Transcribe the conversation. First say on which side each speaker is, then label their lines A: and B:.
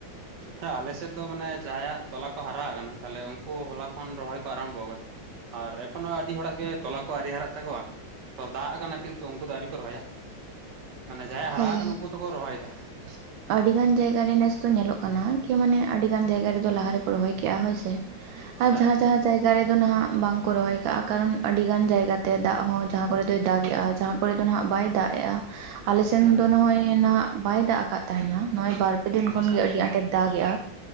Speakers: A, on the right (about 65°); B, on the right (about 80°).
A: ᱦᱮᱸ ᱟᱞᱮ ᱥᱮᱫ ᱫᱚ ᱢᱟᱱᱮ ᱡᱟᱦᱟᱭᱟᱜ ᱛᱚᱞᱟ ᱠᱚ ᱦᱟᱨᱟ ᱟᱠᱟᱱᱟ ᱛᱟᱦᱚᱞᱮ ᱩᱱᱠᱩ ᱦᱚᱞᱟ ᱠᱷᱚᱱ ᱨᱚᱦᱚᱭ ᱠᱚ ᱟᱨᱟᱢᱵᱷᱚ ᱟᱠᱟᱫᱟ᱾ ᱟᱨ ᱮᱠᱷᱚᱱᱳ ᱟᱹᱰᱤ ᱦᱚᱲᱟᱜ ᱜᱮ ᱛᱚᱞᱟ ᱠᱚ ᱟᱹᱰᱤ ᱟᱨᱮ ᱦᱟᱨᱟᱜ ᱛᱟᱠᱚᱣᱟ ᱛᱚ ᱫᱟᱜ ᱟᱠᱟᱱᱟ ᱠᱤᱱᱛᱩ ᱩᱱᱠᱩ ᱫᱚ ᱟᱹᱣᱨᱤ ᱠᱚ ᱨᱚᱦᱚᱭ-ᱟ᱾ ᱢᱟᱱᱮ ᱡᱟᱦᱟᱸᱭ ᱦᱟᱨᱟ
B: ᱦᱳᱭ
A: ᱠᱟᱱᱟ ᱩᱱᱠᱩ ᱫᱚᱠᱚ ᱨᱚᱦᱚᱭ ᱮᱫᱟ᱾
B: <unintelligible> ᱟᱹᱰᱤ ᱜᱟᱱ ᱡᱟᱭᱜᱟ ᱨᱮ ᱱᱮᱥ ᱫᱚ ᱧᱮᱞᱚᱜ ᱠᱟᱱᱟ ᱠᱤ ᱢᱟᱱᱮ ᱟᱹᱰᱤ ᱜᱟᱱ ᱡᱟᱭᱜᱟ ᱨᱮᱫᱚ ᱞᱟᱦᱟ ᱨᱮᱠᱚ ᱨᱚᱦᱚᱭ ᱠᱮᱫᱼᱟ᱾ ᱦᱳᱭ ᱥᱮ ᱟᱨ
A: ᱦᱮᱸ
B: ᱡᱟᱦᱟᱸ ᱡᱟᱦᱟᱸ ᱡᱟᱭᱜᱟ ᱨᱮᱫᱚ ᱱᱟᱦᱟᱜ ᱵᱟᱝ ᱠᱚ ᱨᱚᱦᱚᱭ ᱠᱟᱜᱼᱟ ᱠᱟᱨᱚᱱ ᱟᱹᱰᱤ ᱜᱟᱱ ᱡᱟᱭᱜᱟ ᱛᱮ ᱫᱟᱜ ᱦᱚᱸ ᱡᱟᱦᱟᱸ ᱠᱚᱨᱮ ᱫᱚᱭ ᱫᱟᱜᱮᱜᱼᱟ ᱡᱟᱦᱟᱸ ᱠᱚᱨᱮᱫ ᱫᱚ ᱱᱟᱦᱟᱜ ᱵᱟᱭ ᱫᱟᱜ ᱮᱼᱟᱜ ᱟᱞᱮᱥᱮᱱ
A: ᱦᱮᱸ
B: ᱫᱚ ᱱᱚᱜᱼᱚᱭ ᱱᱟᱦᱟᱜ ᱵᱟᱭ ᱫᱟᱜ ᱟᱠᱟᱫ ᱛᱟᱦᱮᱱᱟ ᱱᱚᱜᱼᱚᱭ ᱵᱟᱨ ᱯᱮ ᱫᱤᱱ
A: ᱟᱪᱪᱷᱟ
B: ᱠᱷᱚᱱ ᱜᱮ ᱟᱹᱰᱤ ᱟᱸᱴᱮᱨ ᱫᱟᱜᱮᱼᱟ᱾